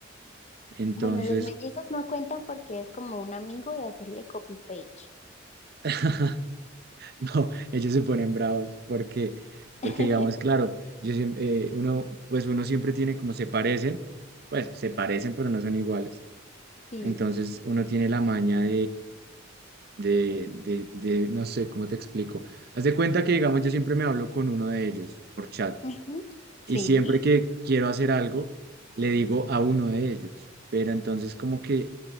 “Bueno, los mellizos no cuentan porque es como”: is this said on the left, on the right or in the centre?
Left